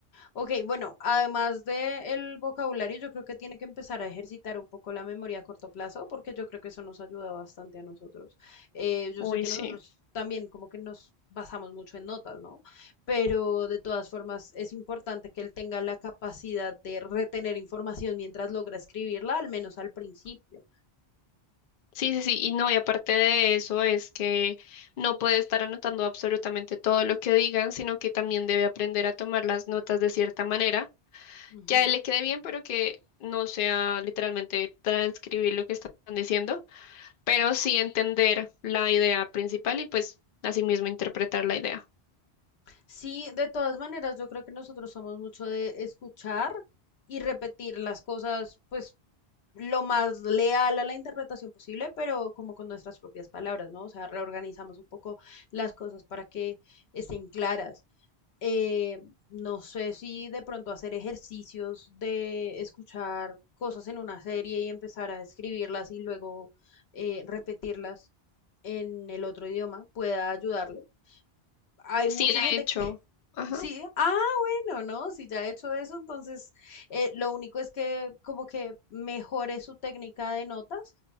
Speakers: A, on the left; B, on the left.
A: Ok, bueno, además del vocabulario, yo creo que tiene que empezar a ejercitar un poco la memoria a corto plazo, porque yo creo que eso nos ayuda bastante a nosotros. Eh, yo
B: Uy,
A: sé que
B: sí.
A: nosotros también como que nos basamos mucho en notas, ¿no? Pero de todas formas es importante que él tenga la capacidad de retener información mientras logra escribirla, al menos al principio.
B: Sí, sí, sí. Y no, y aparte de eso es que no puede estar anotando absolutamente todo lo que digan, sino que también debe aprender a tomar las notas de cierta manera
A: Ujú.
B: que a él le quede bien, pero que no sea literalmente transcribir lo que están diciendo, pero sí entender la idea principal y pues asimismo interpretar la idea.
A: Sí, de todas maneras, yo creo que nosotros somos mucho de escuchar y repetir las cosas, pues lo más leal a la interpretación posible, pero como con nuestras propias palabras, ¿no? O sea, reorganizamos un poco las cosas para que estén claras. Eh, no sé si de pronto hacer ejercicios de escuchar cosas en una serie y empezar a escribirlas y luego eh, repetirlas en el otro idioma pueda ayudarle. Hay
B: Sí,
A: mucha
B: de
A: gente
B: hecho.
A: que
B: Ajá.
A: Sí, ah, bueno, no, si ya he hecho eso, entonces eh, lo único es que como que mejore su técnica de notas,